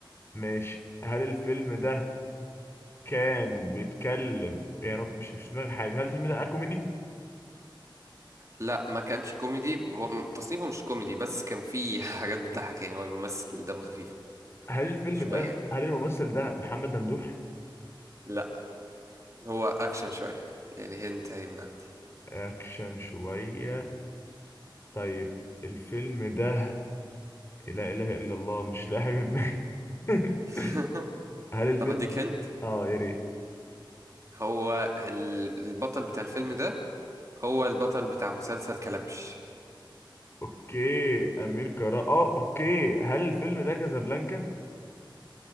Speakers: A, on the left; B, on the right.
A: ماشي هل الفيلم ده كان بيتكلم يا رب مش مش في دماغي حاجة هل الفيلم ده كوميدي
B: لا ما كانتش كوميدي هو م- تصنيفه مش كوميدي بس كان فيه <laughs> حاجات بتضحك يعني هو الممثل دمه خفيف
A: هل الفيلم
B: شوية
A: ده
B: يعني
A: هل الممثل ده محمد ممدوح
B: لا هو أكشن شوية يعني هنت أهي من عندي
A: اكشن شوية طيب الفيلم ده لا اله الا الله مش لاقي حاجة في دماغي <laughs>
B: <laughs>
A: هل الفيلم
B: طب أديك هنت
A: اه يا ريت
B: هو ال- البطل بتاع الفيلم ده هو البطل بتاع مسلسل كلبش
A: اوكي امير كرارة اه اوكي هل الفيلم ده كازابلانكا